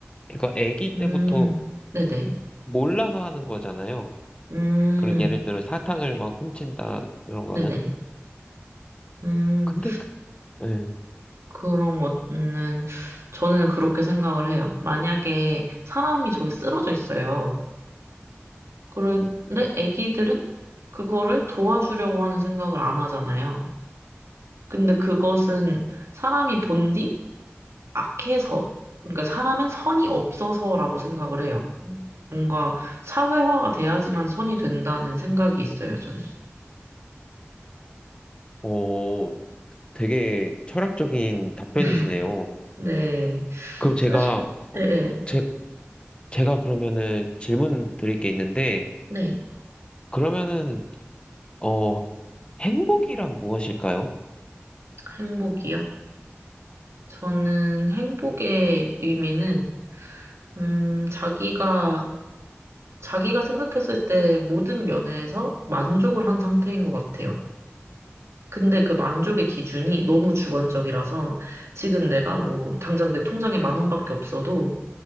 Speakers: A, on the left; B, on the right.
A: 그러니까 애기
B: 음,
A: 때부터
B: 네네.
A: 몰라서 하는 거잖아요.
B: 음,
A: 그럼 예를 들어 사탕을 막 훔친다, 이런 거는.
B: 네네. 음.
A: 근데, 그- 예,
B: 그런 거는 저는 그렇게 생각을 해요. 만약에 사람이 저기 쓰러져 있어요. 그런데 아기들은 그거를 도와주려고 하는 생각을 안 하잖아요. 근데 그것은 사람이 본디 악해서, 그러니까 사람은 선이 없어서라고 생각을 해요. 뭔가 사회화가 돼야지만 선이 된다는 생각이 있어요, 저는.
A: 어, 되게 철학적인 답변이시네요.
B: <laughs> 네.
A: 그럼 제가,
B: 사실,
A: 어,
B: 네, 네.
A: 제, 제가 그러면은 질문 드릴 게 있는데,
B: 네.
A: 그러면은, 어, 행복이란 무엇일까요?
B: 행복이요? 저는 행복의 의미는, 음, 자기가, 자기가 생각했을 때 모든 면에서 만족을 한 상태인 것 같아요. 근데 그 만족의 기준이 너무 주관적이라서 지금 내가 뭐, 당장 내 통장에 만 원밖에 없어도